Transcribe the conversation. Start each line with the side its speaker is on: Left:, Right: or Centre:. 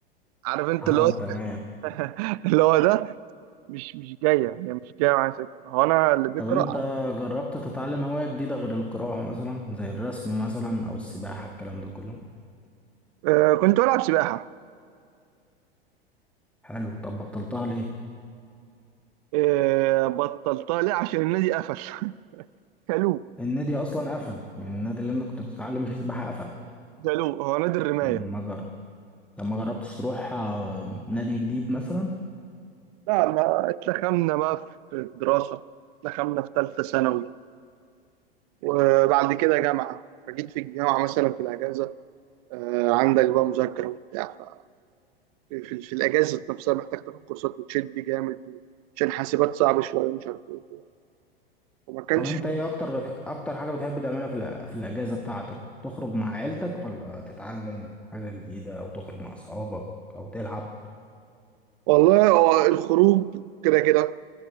Right: عارف أنت
Centre: اه
Right: اللي هو <laughs>
Centre: تمام
Right: اللي هو ده مش مش جايه هي مش جايه معايا سكه هو انا اللي بيقرا
Centre: طب انت جربت تتعلم هواية جديدة غير القراءة مثلا زي الرسم مثلا او السباحة الكلام ده كله
Right: آه كنت بلعب سباحه
Centre: حلو طب بطلتها ليه
Right: آه بطلتها ليه عشان النادي قفل <laughs> شالوه
Centre: النادي اصلا قفل يعني النادي اللي انت كنت بتتعلم فيه سباحة قفل
Right: شالوه هو نادي الرمايه
Centre: ما جرى طب ما جربتش تروح آه، نادي جديد مثلا
Right: لا ما اتلخمنا بقى في الدراسه اتلخمنا في ثالثه ثانوي وبعد كده جامعه فجيت في الجامعه مثلا في الاجازه آه عندك بقى مذاكره وبتاع ف في, في, في الاجازه نفسها محتاج تاخد كورسات وتشد جامد عشان حاسبات صعبه شويه مش عارف ايه وكده. وما كانش
Centre: طب انت ايه اكتر بتح... اكتر حاجة بتحب تعملها في الأ- في الاجازة بتاعتك تخرج مع عيلتك ولا تتعلم حاجة جديدة او تخرج مع اصحابك او تلعب
Right: والله هو الخروج كده كده